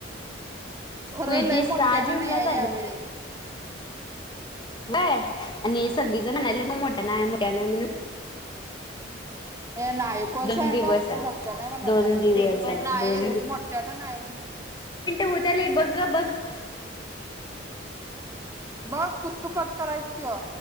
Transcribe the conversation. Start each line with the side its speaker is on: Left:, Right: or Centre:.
Right: खर
Left: किती
Right: लय
Left: सहा
Right: मोठ्यान
Left: जूनलाच
Right: नाही आहे यावेेळे
Left: बाय आणि सगळी जण म्हणाल्या म मोठ्या नाही मोठ्या नाही म्हणून
Right: ए नाही कोण
Left: दोन
Right: सांगीतलं
Left: दिवस आहे.
Right: मोठ्या नाही म्हणाल्या
Left: दोन दिवस आहे.
Right: नाही
Left: दोन
Right: मोठ्याला नाही म्हणस
Left: होतला बग ग बग
Right: बघ तूस तू कट करायच त